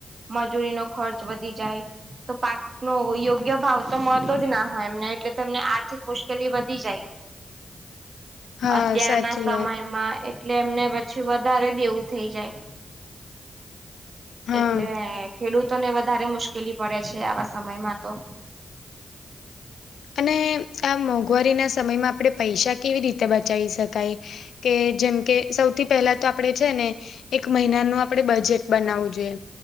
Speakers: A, on the right; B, on the left.
A: મજૂરી નો ખર્ચ વધી જાય તો પાક નો યોગ્ય ભાવ તો મળતો જ ના હોય એમને એટલે તમને આર્થિક મુશ્કેલી વધી જાય.
B: હા
A: અત્યારના
B: સાચી
A: સમયમાં
B: વાત
A: એટલે એમને પછી વધારે ડી એવું થઈ જાય.
B: હા.
A: એટલે ખેડૂતોને વધારે મુશ્કેલી પડે છે આવા સમયમાં તો.
B: અને આ મોંઘવારીના સમયમાં આપણે પૈસા કેવી રીતે બચાવી શકાય? કે જેમ કે સૌથી પહેલા તો આપણેે છે ને એક મહિનાનું આપણેે બજેટ બનાવવું જોઈએ.